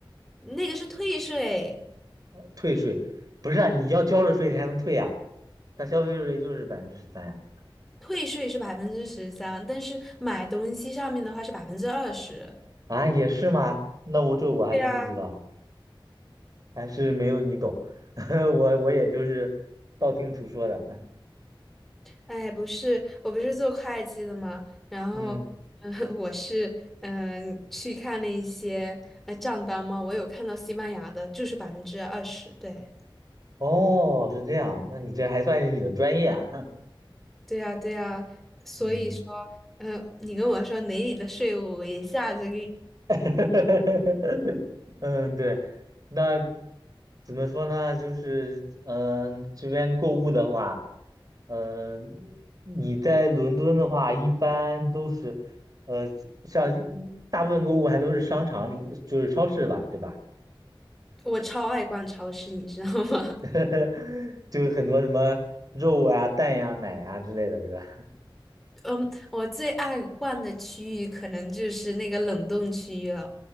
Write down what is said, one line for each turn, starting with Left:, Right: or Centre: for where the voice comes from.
Centre: 那个是退税，
Right: 退税，不是啊，你要交了税才能退啊，它消费税就是百分之十三呀。
Centre: 退税是百分之十三，但是买东西上面的话是百分之二十。
Right: 啊，也是吗？那我这我还真不知道，
Centre: 对呀。
Right: 还是没有你懂。<laughs> 我我也就是道听途说的。<laughs>
Centre: 哎，不是，我不是做会计的嘛，然后，
Right: 嗯，
Centre: 嗯，<laughs> 我是嗯去看了一些呃账单嘛，我有看到西班牙的，就是百分之二十，对，
Right: 哦，是这样，那你这还算是你的专业啊？<laughs>
Centre: 对呀，对呀，所以说，
Right: 嗯，
Centre: 嗯，你跟我说哪里的税务，我一下子给你，
Right: <laughs> 嗯，对，那怎么说呢？就是嗯、呃这边购物的话，嗯、你在伦敦的话，一般都是呃，像一大部分购物还都是商场里，就是超市吧，对吧？
Centre: 我超爱逛超市，你知道吗？
Right: <laughs> 就很多什么肉啊、蛋呀、奶呀之类的，是吧？
Centre: <laughs> 嗯，我最爱逛的区域可能就是那个冷冻区域了。